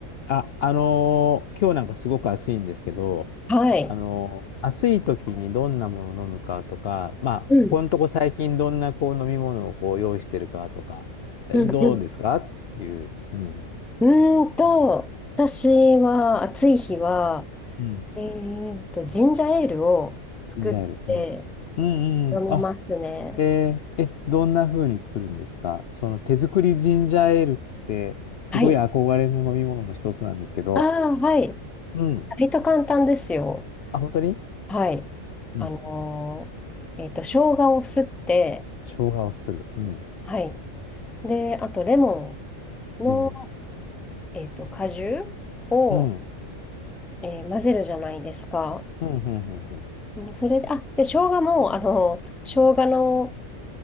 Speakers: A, on the left; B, in the centre.
A: あ、あのー今日なんかすごく暑いんですけど、
B: はい。
A: あのー暑い時にどんなものを飲むかとか、まあ、
B: うん、
A: ここのとこ最近どんなこう飲み物をこう用意してるかとか、えどうですかっていう、
B: うん、うん。
A: うん。
B: うーんと、私は暑い日は、
A: うん。
B: えーと、ジンジャーエールを作って
A: ジンジャーエール。うん。うんうん。
B: 飲みますね。
A: あ、えーえ、どんな風に作るんですかその手作りジンジャーエールって、すごい憧れの飲み物の一つなんですけど、
B: はい。ああ、はい。
A: うん。
B: 割と簡単ですよ。
A: あ、本当に
B: はい。
A: うん。
B: あのーえっと、生姜をすって、
A: 生姜をする。うん。
B: はい。で、あとレモンの、
A: レモン。
B: えっと、果汁を、
A: うん
B: えー混ぜるじゃないですか。
A: うん、うん、
B: うんそれで、あ、で、生姜も、あの、生姜の、